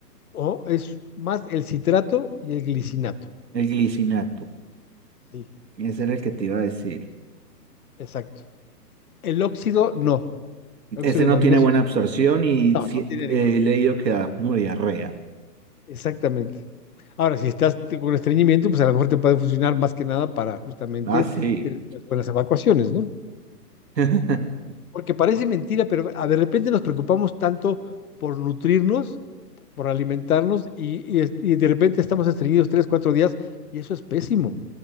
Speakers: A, on the left; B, on the right.
A: oh, es más el citrato y el glicinato.
B: el glicinato,
A: Sí,
B: ese era el que te iba a decir.
A: exacto. El óxido no,
B: Ese
A: el óxido de
B: no
A: magnesio,
B: tiene buena absorción y
A: no,
B: sí-
A: no tiene ningún.
B: he leído que da como diarrea.
A: Exactamente. Ahora, si estás con estreñimiento, pues a lo mejor te puede funcionar más que nada para justamente
B: Ah, sí.
A: tener unas buenas evacuaciones, ¿no?
B: <laughs>
A: Porque parece mentira, pero a- de repente nos preocupamos tanto por nutrirnos, por alimentarnos, y, y es- y de repente estamos estreñidos tres, cuatro días, y eso es pésimo,